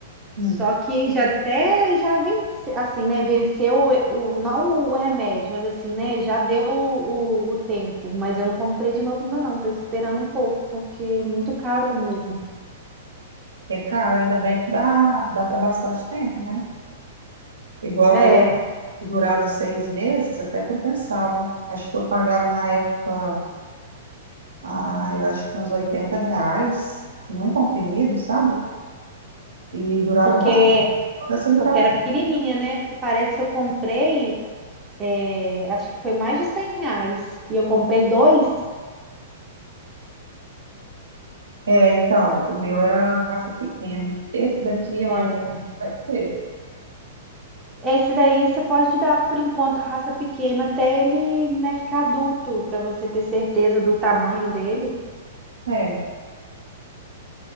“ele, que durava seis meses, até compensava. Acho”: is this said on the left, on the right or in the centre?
Right